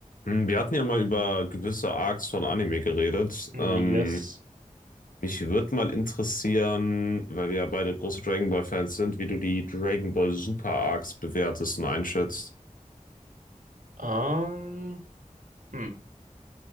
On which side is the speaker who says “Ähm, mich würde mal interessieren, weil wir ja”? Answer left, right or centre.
Left